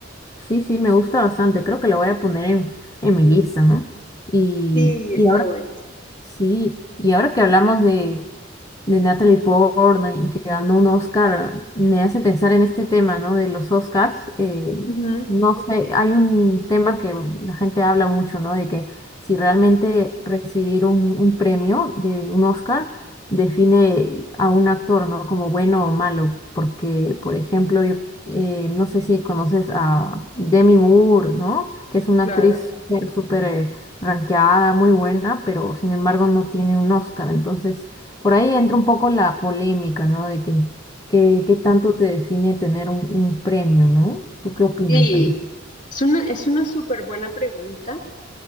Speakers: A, on the left; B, on the left.
A: sí, sí, me gusta bastante, creo que la voy a poner en, en mi lista, ¿no? Y,
B: Sí,
A: y
B: está
A: ahora
B: bueno. está-
A: Sí, y ahora que hablamos de, de Natalie Portman y que ganó un Oscar, me hace pensar en este tema, ¿no? De los Oscars. eh,
B: bueno. Ujú,
A: no sé, hay un tema que la gente habla mucho, ¿no? De que si realmente recibir un, un premio de un Oscar define a un actor, ¿no? Como bueno o malo. Porque, por ejemplo, yo eh, no sé si conoces a Demi Moore, ¿no? Que es una
B: claro.
A: actriz súper, súper... eh, ranqueada, muy buena, pero sin embargo no tiene un Oscar. Entonces, por ahí entra un poco la polémica, ¿no? De que, que, qué tanto te define tener un, un premio, ¿no? ¿Tú qué opinas,
B: Sí,
A: Alba?
B: es una, es una súper buena pregunta.